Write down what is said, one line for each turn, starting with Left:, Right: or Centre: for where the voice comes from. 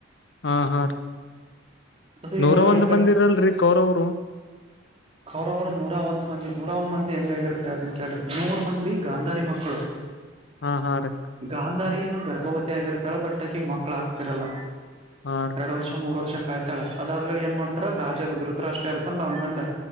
Left: ಹಾ ಹಾ ರ್
Right: ಅದು
Left: ನೂರ
Right: ಇವಾಗ
Left: ಒಂದ್ ಮಂದಿರಲ್ರಿ ಕರವರು
Right: ಅವರವರು ನೂರ ಒಂದ್ ಮಂದಿ ನೂರ ಒಂದ್ ಮಂದಿ ಹೆಂಗಾಗಿರುತ್ತೆ ಯತ್ತನ್ ಕೇಳ್ರಿ ನೂರ ಮಂದಿ ಗಾಂಧಾರಿ ಮಕ್ಕಳು
Left: ಹಾ ಹಾ ರೀ
Right: ಗಾಂಧಾರಿ ನ ಗರ್ಭವತ್ ಆಗಿರತ್ತಾಳೆ ಬಟ್ ಅಕಿ ಮಕ್ಳ ಆಗ್ತಿರಲ್ಲ
Left: ಹಾ ರೀ
Right: ಎರಡು ವರ್ಷ ಮೂರು ವರ್ಷ ಕಾಯ್ತಾಳ ಅದಾದ್ಗಳು ಏನ್ ಮಾಡ್ತಾರ ರಾಜಾಗ ದುರತ ಅಷ್ಟ ಇರುತಲ್ಲ ಅಂವನ್ಗಂಡ